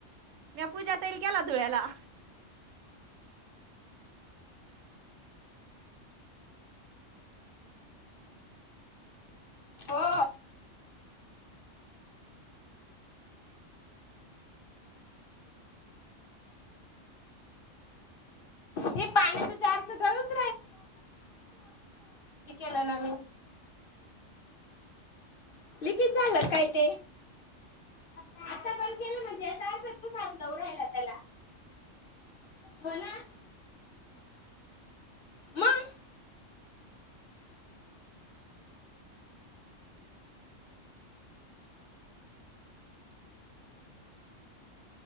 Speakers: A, on the right; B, on the left.
A: म पूजा तईल केला धुळ्याला.
B: हो. हे पाण्याचं जारच गळूच केेला नान. लिकेज झालं काय ते. आता पण केलं म्हणजे याचा अर्थ तूच हात लावू राहिला त्याला. हो ना मग